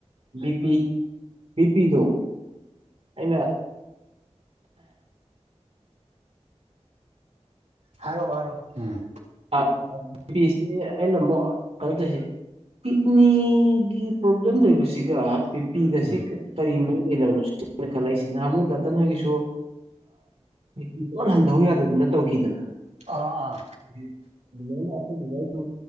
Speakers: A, on the right (about 60°); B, on the right (about 80°).
A: ꯕꯤ ꯄꯤ ꯕꯤ ꯄꯤꯗꯨꯣ ꯑꯩꯅ
B: ꯍꯥꯏꯔꯣ ꯍꯥꯏꯔꯣ ꯎꯝ
A: ꯑꯁꯤ ꯑꯩꯅ ꯑꯃꯨꯛ ꯀꯩꯅꯗꯣꯏꯁꯤꯦ ꯀꯤꯠꯅꯤꯒꯤ ꯄ꯭ꯔꯣꯕ꯭ꯂꯦꯝ ꯂꯩꯣꯏꯕꯁꯤꯒ ꯄꯕꯤꯄꯤꯒꯁꯤ
B: ꯎꯝ
A: ꯀꯔꯤ ꯅꯣꯅ ꯈꯜꯂꯛꯏꯁꯤ ꯅꯍꯥꯃꯨꯗꯇ ꯅꯣꯏꯒꯤꯁꯨ ꯛꯇꯤ ꯂꯅ ꯍꯟꯊꯧ ꯌꯥꯗꯗꯅ ꯇꯧꯈꯤꯗꯅ
B: ꯑꯥ ꯑꯥ
A: ꯑꯗꯨꯥꯏ ꯉꯥꯏ